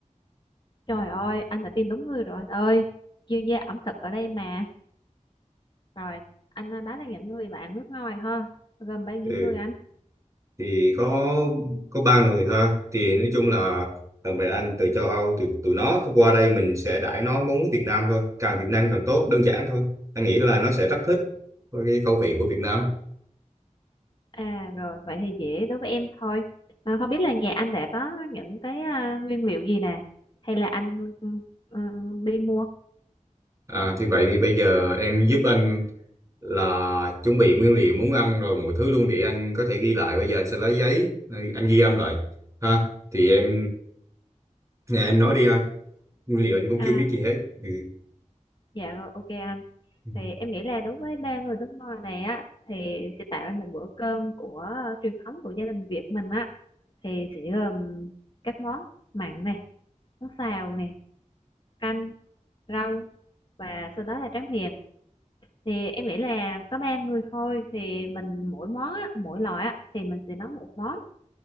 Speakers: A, on the left; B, on the right.
A: Trời ơi, anh đã tìm đúng người rồi anh ơi. Chuyên gia ẩm thực ở đây mà. Rồi, anh đó là những người bạn nước ngoài ha. Gồm bao nhiêu
B: Ừ.
A: người anh?
B: thì có có ba người ha thì nói chung là thằng bè anh từ châu Âu từ tụi nó qua đây mình sẽ đãi nó món Việt Nam thôi càng Việt Nam càng tốt đơn giản thôi anh nghĩ là nó sẽ rất thích với cái khẩu vị của Việt Nam
A: À rồi, vậy thì dễ đối với em thôi. À, không biết là nhà anh đã có những cái à, nguyên liệu gì nè? Hay là anh ừ, ừ, đi mua?
B: à thì vậy thì bây giờ em giúp anh là chuẩn bị nguyên liệu muốn ăn rồi mọi thứ luôn để anh có thể ghi lại bây giờ anh sẽ lấy giấy anh ghi âm lại ha thì em nè em nói đi ha nguyên liệu anh cũng
A: À,
B: chưa biết gì hết ừ.
A: dạ rồi, ok anh.
B: Ừ.
A: Thì em nghĩ là đối với ba người nước ngoài này á, thì sẽ tạo ra một bữa cơm của ờ, truyền thống của gia đình Việt mình á. Thì sẽ gồm các món mặn này, món xào này, canh rau và sau đó là tráng miệng thì em nghĩ là có ba người thôi thì mình mỗi món á, mỗi loại á, thì mình sẽ nấu một món